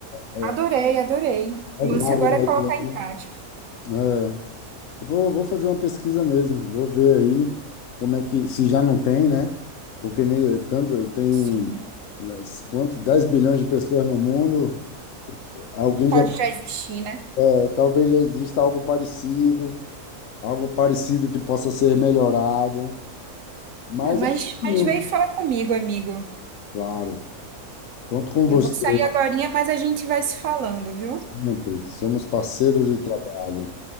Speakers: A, on the left (about 65°); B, on the right (about 65°).
A: ah,
B: adorei, adorei.
A: é
B: O
A: válido,
B: lance agora é colocar em
A: né?
B: prática.
A: É. Eu Vou, vou fazer uma pesquisa mesmo, vou ver aí como é que, se já não tem, né? Porque ne- tanto, tem
B: Sim,
A: né, quanto, 10 bilhões de pessoas no mundo, alguém
B: pode
A: já,
B: já existir, né?
A: é, talvez já exista algo parecido, algo parecido que possa ser melhorado, mas
B: É, Mas,
A: é possível.
B: mas vem e fala comigo, amigo.
A: claro, conto com
B: Eu
A: você
B: vou sair agorinha, mas a gente vai se falando, viu?
A: sempre, somos parceiros de trabalho.